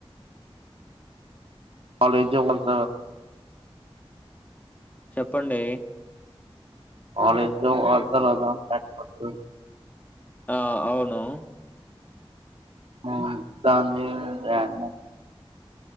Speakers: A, on the right; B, on the left.
A: కాలేజ వంత
B: చెప్పండి
A: కాలెజ్ లో అతదాం కకతు <unintelligible>
B: ఆ అవును
A: ఉమ్ దానిల్ ర్యాంకు